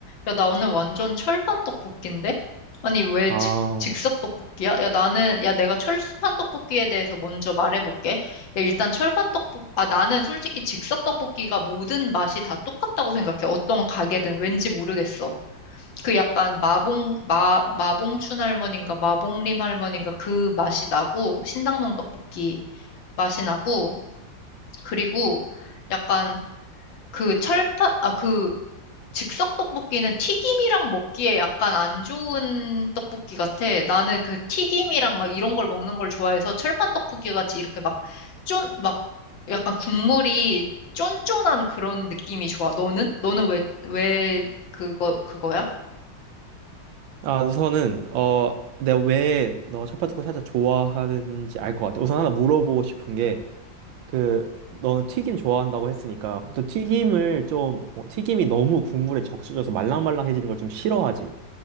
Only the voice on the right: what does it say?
아,
아 우선은 어 내가 왜 너 철밥떡볶이 살짝 좋아하는지 알 것 같아. 우선 하나 물어보고 싶은 게 그너 튀김 좋아한다고 했으니까 너 튀김을 좀뭐 튀김이 너무 국물에 적셔져서 말랑말랑해지는 걸 좀 싫어하지.